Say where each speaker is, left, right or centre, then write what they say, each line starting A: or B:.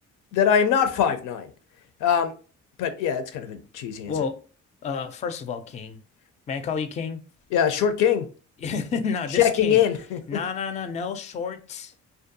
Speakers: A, on the left; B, on the left.
A: that I am not five nine. Um, but yeah, it's kind of a cheesy
B: Well,
A: answer.
B: uh, first of all, King. May I call you King?
A: Yeah, short king
B: Yeah, <laughs> No,
A: checking
B: just king.
A: in. <laughs>
B: No, no, no, no shorts.